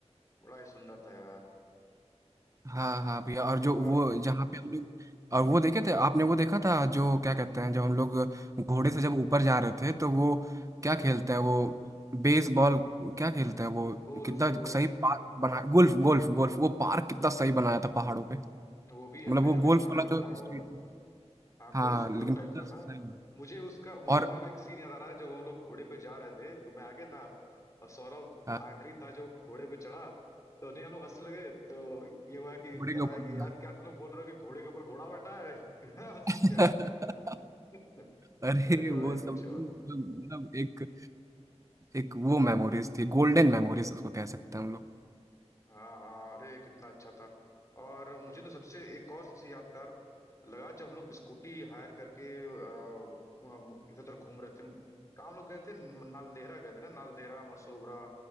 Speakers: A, on the left; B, on the right.
A: बड़ा ही सुंदर था यार
B: हाँ हाँ भैया और
A: और
B: जो वो जहाँ पे हम लोग और वो देखे थे आपने वो देखा था जो क्या कहते हैं जब हम लोग घोड़े से जब ऊपर जा रहे थे तो वो क्या खेलते हैं वो बेसबॉल क्या खेलते हैं वो
A: गोल्फ
B: कितना
A: गोल्फ
B: सही पार्क बना गोल्फ गोल्फ गोल्फ वो पार्क कितना सही बनाया था पहाड़ों पे
A: वो
B: मतलब
A: भी अंग्रेजों
B: वो
A: के
B: गोल्फ
A: जमाने
B: वाला
A: का बनाया
B: जो
A: हुआ
B: स्टेडियम
A: था हाँ
B: हाँ
A: गोल्फ
B: लेकिन
A: क्लब टाइप
B: कितना
A: का था
B: सही है।
A: मुझे उसका मुझे
B: और
A: वहां का एक सीन याद आ रहा है जब हम लोग घोड़े पे जा रहे थे तो मैं आगे था और सौरभ
B: हाँ,
A: आखिरी था जो घोड़े पे चढ़ा तो नहीं हम लोग हंसने लगे तो ये हुआ कि
B: घोड़े
A: कराया
B: के ऊपर
A: कि
B: घोड़ा
A: यार क्या तुम लोग बोल रहे हो कि घोड़े के ऊपर घोड़ा बैठा है <laughs> कितना हंसी
B: <laughs>
A: आया। <laughs>
B: अरे
A: अरे
B: वो
A: भाई
B: सब
A: पूछो
B: एकदम, मतलब मतलब एक एक वो मेमोरीज थी गोल्डन मेमोरीज उसको कह सकते हैं हम लोग
A: हाँ हाँ अरे कितना अच्छा था और मुझे तो सबसे एक और सबसे यादगार लगा जब हम लोग स्कूटी हायर करके अ, वहाँ इधर उधर घूम रहे थे कहाँ हम लोग गए थे नालदेहरा गए थे ना नालदेहरा मसोबरा